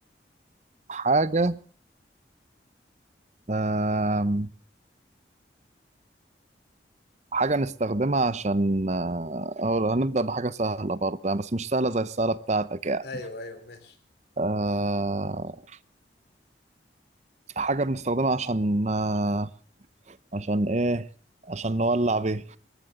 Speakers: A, on the right (about 40°); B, on the left (about 65°).
A: حاجة أه حاجة نستخدمها عشان آه، أو هنبدأ بحاجة سهلة برضه يعني بس مش سهلة زي السهلة بتاعتك يعني
B: ايوه ايوه ماشي
A: أه حاجة بنستخدمها عشان أه عشان إيه عشان نولع بيه